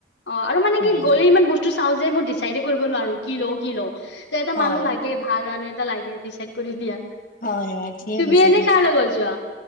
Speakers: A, on the left; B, on the left.
A: অ আৰু মানে
B: হয়
A: কি গ'লে ইমান বস্তু চাও যে মই ডিচাইড কৰিব নোৱাৰো কি লও কি লওঁ ত এটা
B: হয়,
A: মানুহ লাগে ভাল মানুহ এ। লাগে ডিচাইড কৰি দিয়া।
B: হয়, হয় ঠিকে
A: তুমি
B: কৈছা
A: এনেই কাৰ লগত জোৱা?